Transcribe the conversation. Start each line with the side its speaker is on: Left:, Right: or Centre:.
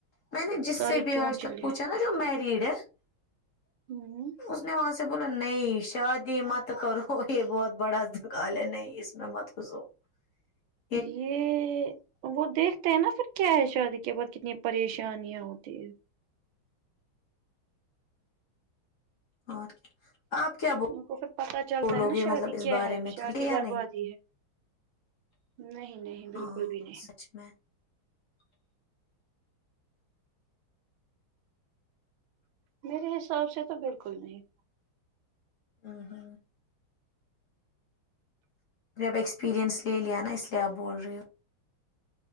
Left: میں نے جس
Right: سارے
Left: سے بھی
Right: چونچلے
Left: آج تک پوچھا نا جو مریڈ ہے
Right: ہوں
Left: اس نے وہاں سے اس نے بولاو نہیں شادی مت کرو یہ بہت بڑا دکال ہے نہیں اس میں مت غسو <inaudible>
Right: یہے وہ دیکھتے ہیں نا پھر کیا ہے شادی کے بعد کتنی پریشانیاں ہوتی ہے
Left: اور کیا آپ کیا
Right: ان کو پھر پتا
Left: بولو
Right: چلتا ہے نا
Left: گے مطلب
Right: شادی
Left: اس
Right: کیا
Left: بارے
Right: ہے
Left: میں
Right: شادی
Left: یا
Right: بربادی
Left: نہیں
Right: ہے نہیں نہیں بالکل
Left: ہاں
Right: بھی نہیں
Left: سچ میں
Right: میرے حساب سے تو بالکل نہیں
Left: ہاں ہاں میں اب ایکسپریئنس لے لیا نا اس لیے آپ بول رہی ہو